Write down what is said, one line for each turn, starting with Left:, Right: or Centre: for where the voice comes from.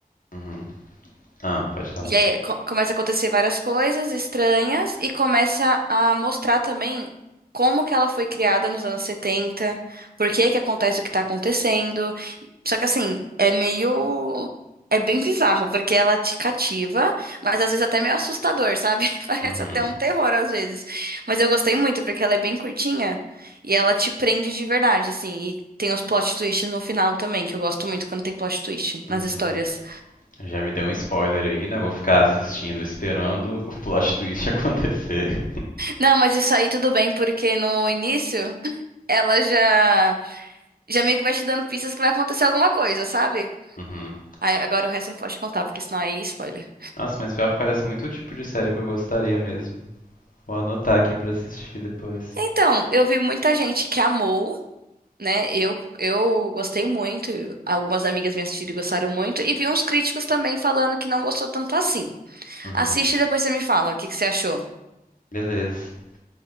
Left: Uhum. Ah, pode falar.
Right: E aí co- começa a acontecer várias coisas estranhas e começa a mostrar também como que ela foi criada nos anos 70, por que que acontece o que está acontecendo. Só que assim, é meio. É bem bizarro, porque ela te cativa, mas às vezes até meio assustador, sabe? <laughs> Parece
Left: Uhum.
Right: até um terror às vezes. Mas eu gostei muito, porque ela é bem curtinha e ela te prende de verdade, assim. E tem os plot twists no final também, que eu gosto muito quando tem plot twist nas
Left: Uhum.
Right: histórias.
Left: Já me deu um spoiler aí, né? Vou ficar assistindo, esperando o plot twist <laughs> acontecer.
Right: Não, mas isso aí tudo bem, porque no início ela já, já meio que vai te dando pistas que vai acontecer alguma coisa, sabe?
Left: Uhum.
Right: Aí, agora o resto eu não pode contar, porque senão aí é spoiler.
Left: Nossa, mas pior que parece muito o tipo de série que eu gostaria mesmo. Vou anotar aqui pra assistir depois.
Right: Então, eu vi muita gente que amou. né? Eu, eu gostei muito, algumas amigas me assistiram e gostaram muito, e vi uns críticos também falando que não gostou tanto assim.
Left: Uhum.
Right: Assiste e depois você me fala o que que você achou.
Left: Beleza.